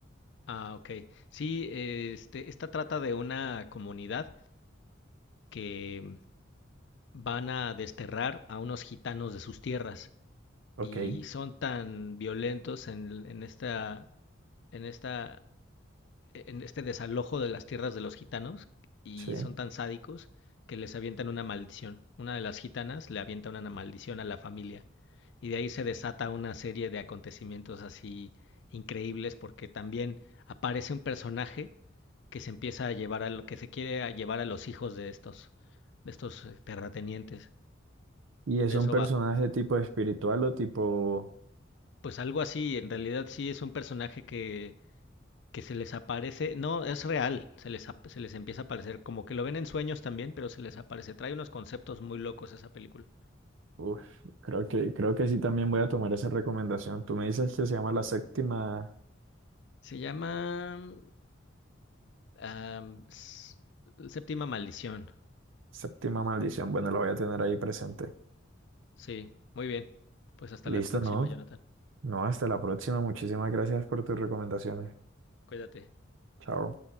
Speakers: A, on the left; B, on the right.
A: Ah, ok. Sí, eh, este, esta trata de una comunidad que mm, van a desterrar a unos gitanos de sus tierras
B: Ok,
A: y son tan violentos en, en esta, en esta, e, en este desalojo de las tierras de los gitanos y
B: sí.
A: son tan sádicos que les avientan una maldición. Una de las gitanas le avienta una maldición a la familia y de ahí se desata una serie de acontecimientos así increíbles porque también aparece un personaje que se empieza a llevar a lo que se quiere a llevar a los hijos de estos de estos eh, terratenientes.
B: Y es
A: De
B: un
A: eso
B: personaje
A: va.
B: tipo espiritual o tipo...
A: Pues algo así, en realidad sí es un personaje que que se les aparece, no, es real, se les, ap- se les empieza a aparecer, como que lo ven en sueños también, pero se les aparece, trae unos conceptos muy locos esa película.
B: Uf, creo que, creo que sí también voy a tomar esa recomendación. Tú me dices que se llama La Séptima,
A: Se llama mm, am, S- Séptima Maldición,
B: Séptima Maldición. Bueno, lo voy a tener ahí presente.
A: sí, muy bien, pues hasta
B: Listo,
A: la próxima,
B: no.
A: Jonathan,
B: No, hasta la próxima. Muchísimas gracias por tus recomendaciones.
A: cuídate.
B: Chao.